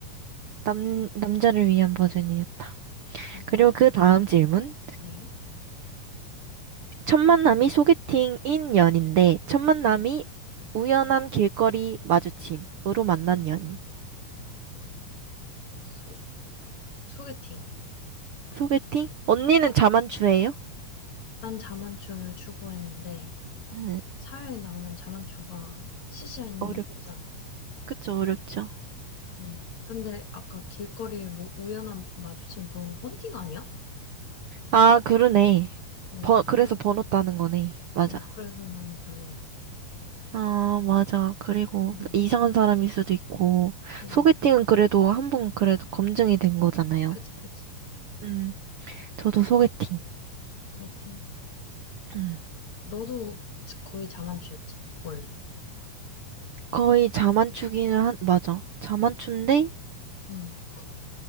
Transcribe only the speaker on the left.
어, 어,
어.
네.
음,
소, 소개팅.
소,
난 자만추를 추구했는데,
사회에 나오면 자만추가 시시 아니면
힘들잖아.
음, 근데 아까 길거리에 뭐 우연한 마주침 그런 거 헌팅 아니야?
어,
그래서,
어, 그래서 나는 별론 것 같아.
음,
어,
그치, 그치.
소개팅.
너도 거의 자만추였지, 원래.
응,